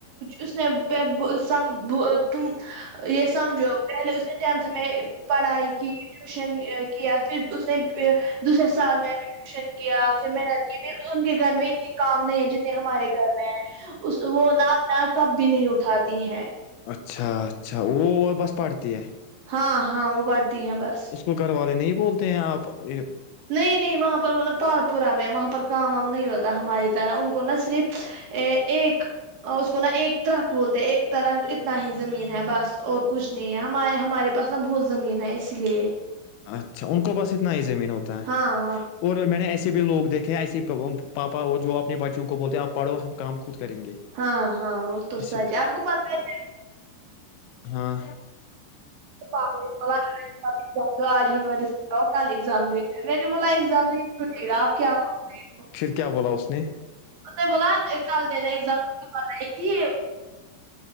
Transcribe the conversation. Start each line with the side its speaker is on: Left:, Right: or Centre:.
Right: اس س تم یہ سمجھو پہلے اسے ٹینتھ میں پڑھائی کی ٹیوشن کیا پھر اس نے دوسرے سال میں بھی ٹیوشن کیا پھر محنت کی پھر ان کے گھر میں اتنے کام نہیں ہے جتنے ہمارے گھر میں ہے اس وہ ناپ نا کب بھی نہیں اٹھاتی ہیں
Left: اچھا اچھا وہ وہ بس پڑتی ہے
Right: ہاں ہاں وہ پڑھتی ہیں بس
Left: اس کو گھر والے نہیں بولتے ہیں آپ یہ
Right: نہیں نہیں وہاں پر وہ نا پال پورا میں وہاں پر کام وام نہیں ہوتا ہماری طرح ان کو نا صرف ا ایک اس کو نا ایک طرک بولتے ایک طرخ اتنا ہی زمین ہے بس اور کچھ نہیں ہم ہمارے پاس نا بہت زمین ہے اس لیے
Left: اچھا ان کو بس اتنا ہی زمین ہوتا ہے
Right: ہاں ہاں
Left: اور میں نے ایسے بھی لوگ دیکھے ہیں ایسے پاپا اور جو اپنے بچوں کو بولتے ہیں آپ پڑھو ہم کام خود کریں گے
Right: ہاں ہاں وہ تو
Left: شکریہ
Right: سچ ہے آپ کو پتا ہے
Left: ہاں
Right: <unintelligible> تو آج ہمارے س کل ایگزام دے رہا ہے میں نے بولا ایگزام نہیں چھوٹے گا آپ کیا م
Left: پھر کیا بولا اس نے
Right: مے بولا کل دنے ایزامپ بتائی کہ